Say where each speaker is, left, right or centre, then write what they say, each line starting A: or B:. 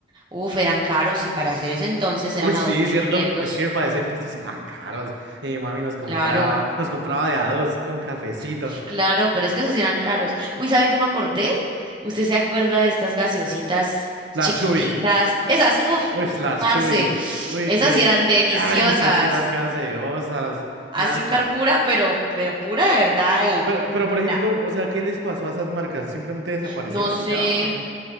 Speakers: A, on the right (about 25°); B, on the right (about 85°).
A: Uf, eran caros y para hacer ese entonces eran
B: Uy, sí,
A: a dos mil
B: cierto.
A: quinientos,
B: Es que para ese entonces eran caros. Y mi mami nos compraba,
A: Claro,
B: nos compraba de a dos con cafecito.
A: <laughs> claro, pero es que esos sí eran caros. Uy, ¿sabe qué me acordé? ¿Usted se acuerda de estas gaseositas
B: Las
A: chiquiticas?
B: chuy.
A: Esas, uf,
B: Uy, las
A: parce.
B: chuy. Uy,
A: Esas
B: que.
A: sí eran deliciosas.
B: Ay, esas sí eran gaseosas.
A: Azúcar
B: Nada.
A: pura, pero, pero pura de verdad y
B: Pero, pero,
A: buena.
B: por ejemplo, o sea, ¿qué les pasó a esas marcas? ¿Simplemente desaparecieron
A: No sé,
B: y ya o qué?